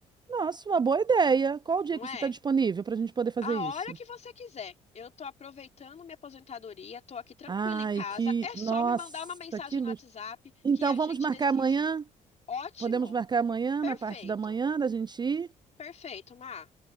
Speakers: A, on the right (about 25°); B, on the left (about 45°).
A: Nossa, uma boa ideia. Qual o dia
B: Não
A: que
B: é?
A: você está disponível para a gente poder fazer
B: A
A: isso?
B: hora que você quiser. Eu tô aproveitando minha aposentadoria, tô aqui tranquila
A: Ai,
B: em casa.
A: que.
B: É
A: Nossa,
B: só me mandar uma mensagem
A: que luz.
B: no WhatsApp
A: Então,
B: que a
A: vamos
B: gente
A: marcar
B: decide.
A: amanhã?
B: Ótimo.
A: Podemos marcar amanhã,
B: Perfeito.
A: na parte da manhã, da gente ir?
B: Perfeito, Mar.